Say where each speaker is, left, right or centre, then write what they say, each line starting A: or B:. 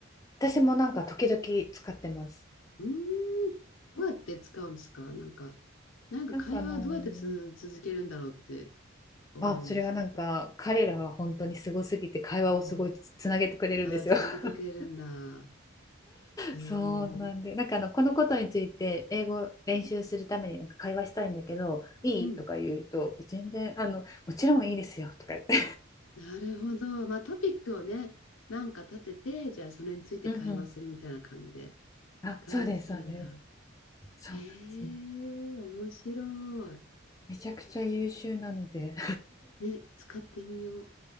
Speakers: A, on the left; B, on the left.
A: 私もなんか時々使ってます。
B: うーん、どうやって使うんですかなんか、なんか会話どうやってつ、
A: なんかあの
B: 続けるんだろうって思うんですけど。
A: あ、それがなんか彼らは本当にすごすぎて会話をすごいつ、
B: あ
A: つなげてくれるんですよ。
B: あ、あーつなげてくれるんだ。
A: <laughs>
B: うーん。
A: そうなんで、なんかあのこのことについて英語練習するためになんか会話したいんだけど、いいとか言うと、
B: うん
A: 全然あのもちろんいいですよとか言って。
B: なるほど。まあトピックをね、なんか立てて、じゃあそれについて会話するみたいな感じで
A: <laughs> うんうん。あ、
B: 会話するんだ。
A: そうです、そうです。そうなんですね。
B: えー、面白い。
A: めちゃくちゃ優秀なので。
B: ね、使ってみよ